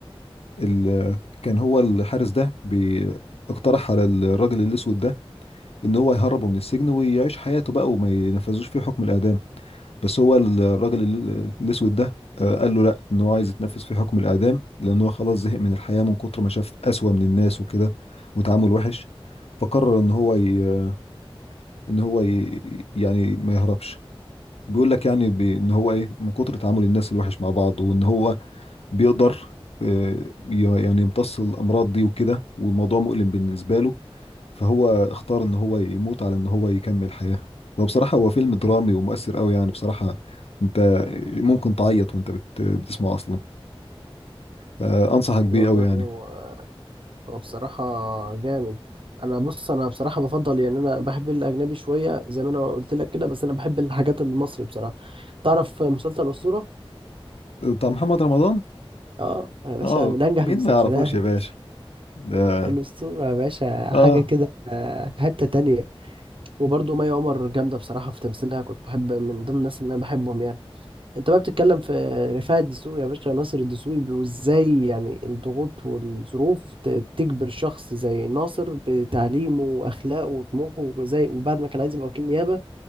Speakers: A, on the left (about 85°); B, on the right (about 60°).
A: ال... كان هو الحارس ده بي... اقترح على الراجل الاسود ده ان هو يهربه من السجن ويعيش حياته بقى وما ينفذوش فيه حكم الاعدام بس هو الراجل ال- الاسود ده آه، قال له لا ان هو عايز يتنفذ في حكم الاعدام لان هو خلاص زهق من الحياه من كتر ما شاف اسوأ من الناس وكده وتعامل وحش فقرر ان هو ي... ان هو ي... يعني ما يهربش بيقول لك يعني ب... ان هو ايه من كتر تعامل الناس الوحش مع بعض وان هو بيقدر آه، ي- يعني يمتص الأمراض دي وكده والموضوع مؤلم بالنسبة له فهو اختار إن هو يموت على إن هو يكمل حياة وبصراحة هو فيلم درامي ومؤثر أوي يعني بصراحة أنت ممكن تعيط وأنت بت- بتسمعه أصلا فأنصحك بيه
B: والله
A: أوي يعني
B: هو هو بصراحه جامد انا بص انا بصراحه بفضل يعني انا بحب الاجنبي شويه زي ما انا قلت لك كده بس انا بحب الحاجات المصري بصراحه تعرف مسلسل اسطوره
A: بتاع محمد رمضان
B: اه يا باشا
A: اه
B: من انجح
A: مين
B: المسلسلات
A: ما يعرفوش يا باشا ده
B: الاسطوره يا باشا
A: اه
B: حاجه كده آه، في حته تانية وبرضه مي عمر جامده بصراحه في تمثيلها كنت بحب من ضمن الناس اللي انا بحبهم يعني انت بقى بتتكلم في رفاعي الدسوقي يا باشا ناصر الدسوقي وازاي يعني الضغوط والظروف ت- تجبر شخص زي ناصر بتعليمه واخلاقه وطموحه وزي وبعد ما كان عايز يبقى وكيل نيابه